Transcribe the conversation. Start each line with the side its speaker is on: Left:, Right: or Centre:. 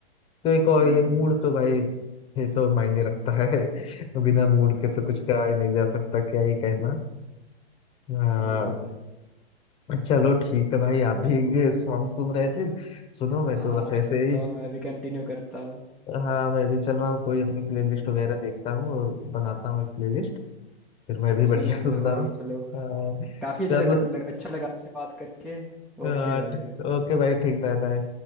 Left: तो एक और
Centre: हम्म
Left: ये मूड तो भाई ये तो मायने रखता है <laughs> बिना मूड
Centre: हाँ
Left: के तो कुछ कहा ही नहीं जा सकता क्या ही कहना हाँ
Centre: सही कहा भाई
Left: चलो ठीक है भाई आप भी सॉन्ग सुन रहे थे सुनो
Centre: हाँ
Left: मैं तो
Centre: हाँ
Left: बस ऐसे
Centre: सुनता
Left: ही
Centre: हूँ मैं भी कंटिन्यू करता हूँ
Left: हाँ मैं भी चल रहा हूँ कोई अपनी प्लेलिस्ट
Centre: हम्म।
Left: वगैरह देखता हूँ और बनाता हूँ एक प्लेलिस्ट फिर मैं भी बढ़िया
Centre: सुनो
Left: <laughs> सुनता
Centre: सुनो भाई
Left: हूँ
Centre: चलो
Left: हाँ,
Centre: काफी अच्छा
Left: चलो
Centre: लग, लग, अच्छा लगा आपसे बात करके
Left: हाँ,
Centre: ओके भाई फिर
Left: ओके भाई ठीक बाय बाय